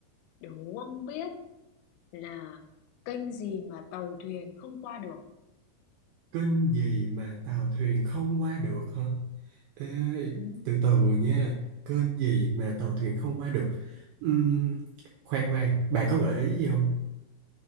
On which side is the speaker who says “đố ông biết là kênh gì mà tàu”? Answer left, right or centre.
Left